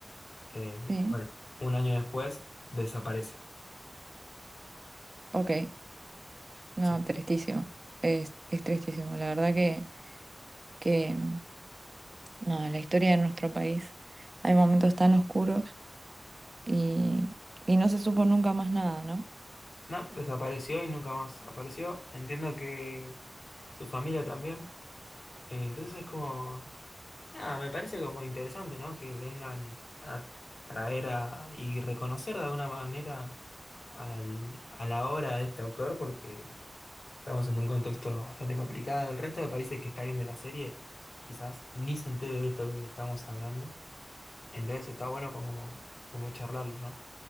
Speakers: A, on the left; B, on the right.
A: eh,
B: Sí,
A: bueno, un año después desaparece.
B: ok, no,
A: Sí.
B: tristísimo, es, es tristísimo, la verdad que, que mm, no, la historia de nuestro país, hay momentos tan oscuros y, y no se supo nunca más nada, ¿no?
A: No, desapareció y nunca más apareció. Entiendo que su familia también. Eh, Entonces es como, Nada, me parece como interesante, ¿no? Que vengan a traer a, y reconocer de alguna manera al- a la obra de este autor, porque estamos en un contexto bastante complicado. El resto de países que está viendo la serie quizás ni se entere de esto que estamos hablando. Entonces está bueno como, como charlarlo, ¿no?